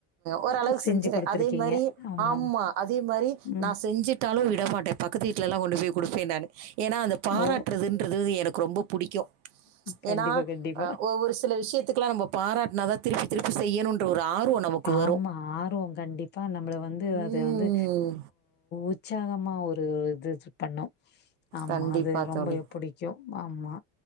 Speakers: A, on the right; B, on the left.
A: ஓரளவுக்கு
B: அ செஞ்சு
A: செஞ்சறே
B: குடுத்துருக்கீங்க
A: அதே மாரி
B: ஆமாமா
A: ஆமா அதே மாரி
B: ம்
A: நா செஞ்சுட் டாலு விட மாட்டே பக்கத்து வீட்லல்லா கொண்டு போய் குடுப்பே நானு ஏனா அந்த பாராட்டுறதுன்
B: ஓ
A: றது எனக்கு ரொம்ப புடிக்கு
B: கண்டிப்பா
A: ஏனா
B: கண்டிப்பா
A: ஒவ்வொரு ஸ் சில விஷயத்துக்லா நம்ம பாராட்னாதா திருப்பி திருப்பி செய்யணுன்ற ஒரு ஆர்வ நமக்கு வரு
B: ஆமா ஆர்வோ கண்டிப் அப்ப நம்பள வந்து
A: ம்.
B: அத வந்து உற்சாகமா ஒரு இது பண்ணு ஆமா
A: கண்டிப்பா
B: அது ரொம்பே
A: தோழி.
B: பிடிக்கு ஆமா